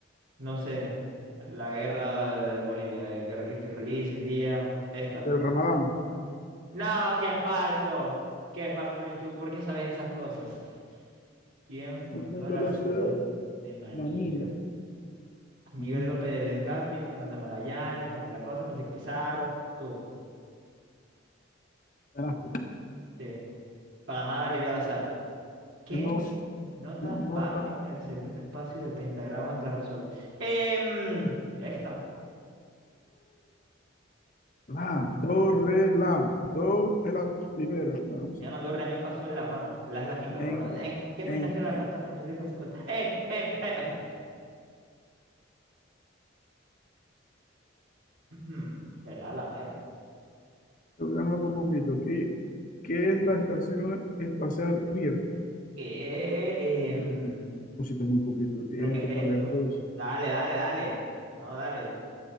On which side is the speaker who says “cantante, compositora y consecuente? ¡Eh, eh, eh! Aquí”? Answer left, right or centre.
Right